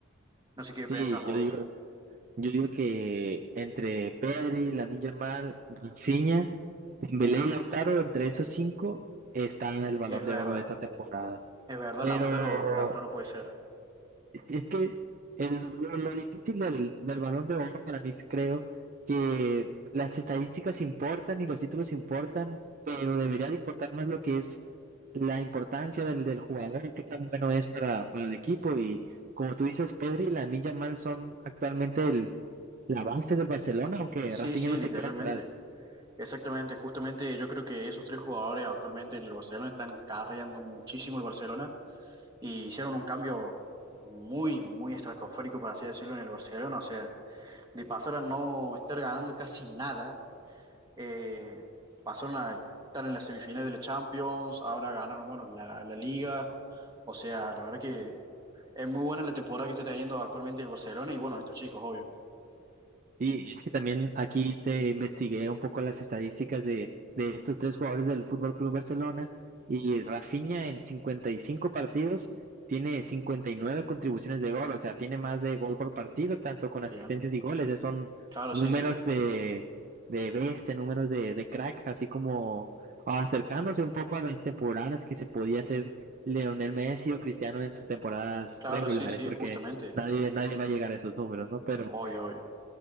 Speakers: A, on the right (about 20°); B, on the right (about 40°).
A: No sé qué
B: Sí,
A: pensás vos.
B: yo digo, yo digo que entre Pedri, Lamine Yamal, Rafinha, Dembélé
A: Uf,
B: y Lautaro, entre esos cinco está el Balón
A: es
B: de
A: verdad,
B: Oro de esta temporada.
A: es verdad,
B: Pero
A: Lautaro, Lautaro puede ser.
B: si es que el- lo, lo difícil del, del Balón de Oro para mí es, creo que las estadísticas importan y los títulos importan, pero debería de importar más lo que es la importancia del, del jugador, qué tan bueno es para, para el equipo. Y como tú dices, Pedri y Lamine Yamal son actualmente el, la base del Barcelona, aunque
A: Sí,
B: Rafinha
A: sí,
B: no
A: literalmente.
B: se queda atrás.
A: Exactamente, justamente yo creo que esos tres jugadores actualmente en el Barcelona están carreando muchísimo el Barcelona y hicieron un cambio muy, muy estratosférico, por así decirlo, en el Barcelona. O sea, de pasar a no estar ganando casi nada, eh, pasaron a estar en la semifinal de la Champions, ahora ganaron, bueno, la, la Liga. O sea, la verdad que es muy buena la temporada que está teniendo actualmente el Barcelona y bueno, estos chicos, obvio.
B: Sí, es que también aquí te investigué un poco las estadísticas de, de estos tres jugadores del Fútbol Club Barcelona y Rafinha en 55 partidos tiene 59 contribuciones de gol, o sea, tiene más de gol por partido, tanto con asistencias
A: Bien.
B: y goles. Esos son
A: Claro,
B: números
A: sí, sí.
B: de, de bestia, números de, de crack, así como acercándose un poco a las temporadas que se podía hacer Leonel Messi o Cristiano en sus temporadas
A: Claro,
B: regulares,
A: sí, sí,
B: porque
A: justamente.
B: nadie, nadie va a llegar a esos números, ¿no? Pero.
A: Obvio, obvio.